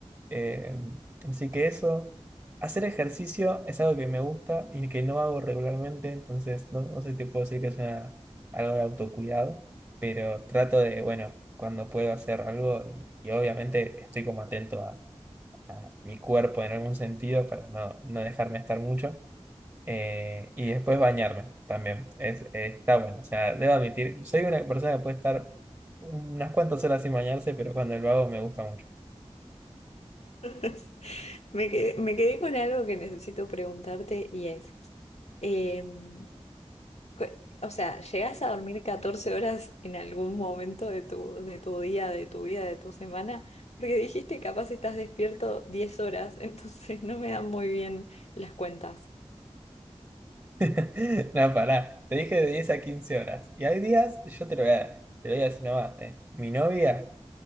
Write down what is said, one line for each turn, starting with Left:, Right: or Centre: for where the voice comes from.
Right: Eh, así que eso, hacer ejercicio es algo que me gusta y que no hago regularmente, entonces no, no sé si te puedo decir que es una- algo de autocuidado pero trato de, bueno, cuando puedo hacer algo y, y obviamente estoy como atento a mi cuerpo en algún sentido para no, no dejarme estar mucho. Eh, y después bañarme también. Es, eh, está bueno. O sea, debo admitir, soy una persona que puede estar unas cuantas horas sin bañarse, pero cuando lo hago me gusta mucho.
Left: <laughs> Me quedé, me quedé con algo que necesito preguntarte y es, em, cu- O sea, ¿llegás a dormir 14 horas en algún momento de tu, de tu día, de tu vida, de tu semana? Porque dijiste capaz estás despierto 10 horas, <laughs> entonces no me dan muy bien las cuentas. <laughs>
Right: <laughs> No, pará. Te dije de 10 a 15 horas. Y hay días, yo te lo voy a, te lo voy a decir nomás, eh. Mi novia,